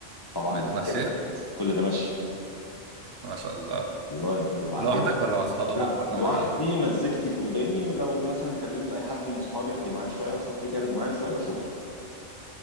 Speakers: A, on the left; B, on the right.
A: طبعا
B: بتمشيت
A: لفت كل ده ماشي
B: ما شاء الله
A: والله يا ابني وبعدين
B: لوحدك ولا مع اصحابك
A: لا
B: ولا
A: لوحدي
B: مع حد
A: مزجتي في وداني ولو مثلا كلمت اي حد من صحابي يرجع معايا شويه وصاحبتي يرجع معايا شويه وشكرا